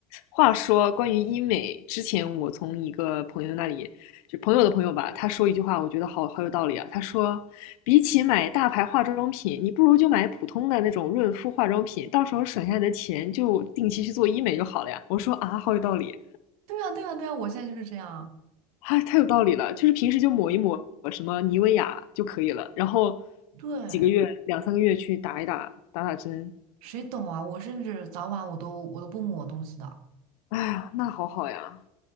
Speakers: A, on the left; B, on the right.
A: 话说关于医美，之前我从一个朋友那里，就朋友的朋友吧，他说一句话，我觉得好好有道理啊。他说，比起买大牌化妆品，你不如就买普通的那种润肤化妆品，到时候省下来的钱就定期去做医美就好了呀。我说啊，好有道理，
B: 对啊，对啊，对啊，我现在就是这样。
A: 哎，太有道理了，就是平时就抹一抹什么妮维雅就可以了，然后
B: 对，
A: 几个月两三个月去打一打打打针，
B: 谁懂啊？我甚至早晚我都我都不抹东西的。
A: 哎呀，那好好呀，